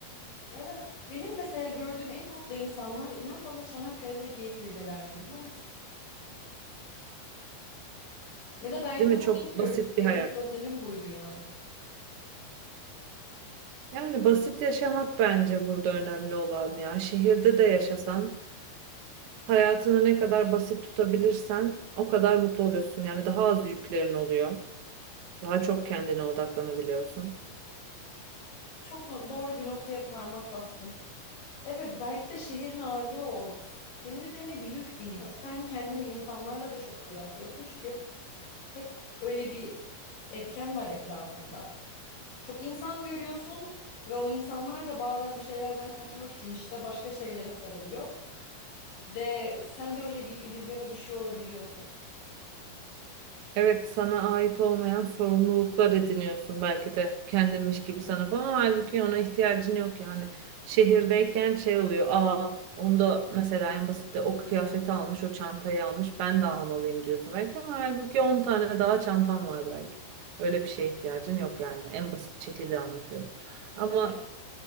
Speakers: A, on the left (about 80°); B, on the right (about 85°).
A: Evet. Benim mesela gördüğüm en mutlu insanlar inan bana Çanakkale'de Geyikli'delerdi biliyor musun? Ya da belki
B: Değil
A: de
B: mi?
A: bu
B: Çok
A: benim
B: basit
A: görüşüm.
B: bir
A: Benim
B: hayat.
A: gözlemim buydu yani.
B: Yani basit yaşamak bence burada önemli olan ya. Şehirde de yaşasan hayatını ne kadar basit tutabilirsen o kadar mutlu oluyorsun. Yani daha az yüklerin oluyor. Daha çok kendine odaklanabiliyorsun.
A: Çok no- doğru bir noktaya parmak bastın. Evet belki de şehrin ağırlığı o. Senin üzerine bir yük biniyor. Sen kendini insanlarla da çok kıyaslıyorsun. Çünkü hep öyle bir etken var etrafında. Çok insan görüyorsun ve o insanlar da bazen bir şeylerden kaçmak için işte başka şeylere sarılıyor ve sen de öyle bir illüzyona düşüyor olabiliyorsun.
B: Evet sana ait olmayan sorumluluklar ediniyorsun belki de kendinmiş gibi sanıp ama halbuki ona ihtiyacın yok yani. Şehirdeyken şey oluyor aa onda mesela en basitte o kıyafeti almış o çantayı almış ben de almalıyım diyorsun belki ama halbuki 10 tane daha çantan var belki. Öyle bir şeye ihtiyacın yok yani en basit şekilde anlatıyorum. Ama
A: Evet.